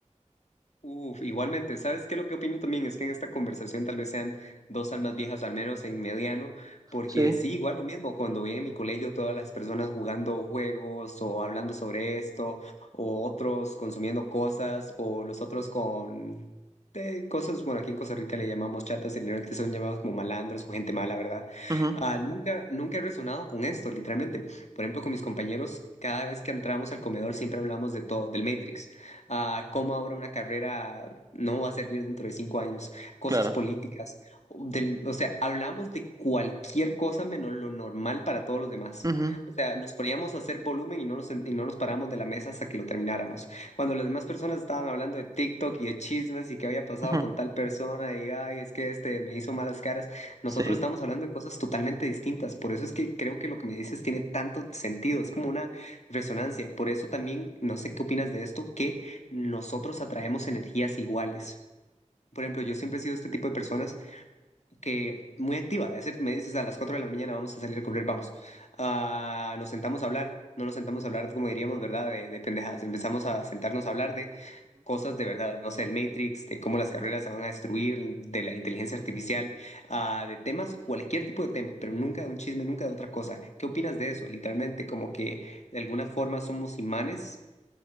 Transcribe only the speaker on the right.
Sí,
ujú,
claro.
ujú,
ujú,
sí.